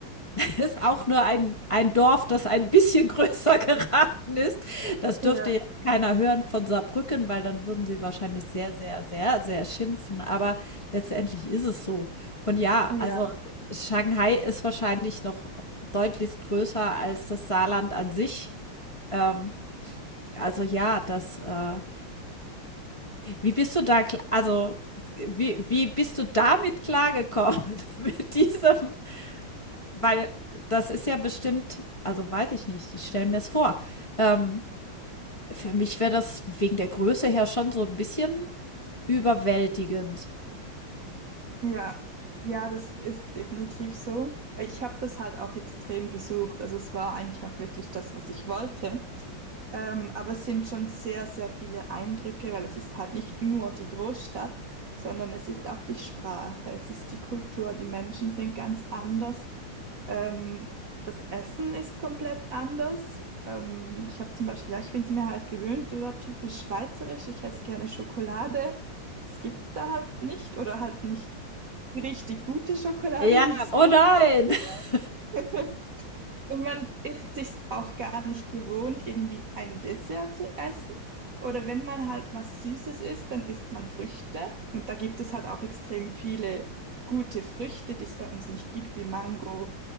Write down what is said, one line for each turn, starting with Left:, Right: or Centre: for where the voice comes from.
Left: ist auch nur ein, ein Dorf, das ein bisschen <laughs> größer geraten ist. Das dürfte
Right: Ja.
Left: jetzt keiner hören von Saarbrücken, weil dann würden sie wahrscheinlich sehr, sehr, sehr, sehr schimpfen. Aber letztendlich ist es so. Und ja,
Right: Ja,
Left: also Shanghai ist wahrscheinlich noch deutlich größer als das Saarland an sich. Ähm, also ja, das, äh, wie bist du da, kl- also wie, wie bist du damit klargekommen <laughs> mit diesem? Weil das ist ja bestimmt, also weiß ich nicht, ich stelle mir es vor. Ähm, für mich wäre das wegen der Größe her schon so ein bisschen überwältigend.
Right: ja, ja, das ist definitiv so. Ich habe das halt auch extrem gesucht. Also es war eigentlich auch wirklich das, was ich wollte. Ähm, aber es sind schon sehr, sehr viele Eindrücke, weil es ist halt nicht nur die Großstadt, sondern es ist auch die Sprache, es ist die Kultur, die Menschen sind ganz anders. Ähm, das Essen ist komplett anders. Ähm, ich habe zum Beispiel, ja, ich bin es mir halt gewöhnt, oder typisch schweizerisch, ich esse gerne Schokolade. Das gibt's da halt nicht oder halt nicht richtig gute Schokolade,
Left: Ja,
Right: wie ich
Left: oh nein. <laughs>
Right: es <laughs> Und man ist sich auch gar nicht gewohnt, irgendwie ein Dessert zu essen. Oder wenn man halt was Süßes isst, dann isst man Früchte. Und da gibt es halt auch extrem viele gute Früchte, die es bei uns nicht gibt, wie Mango,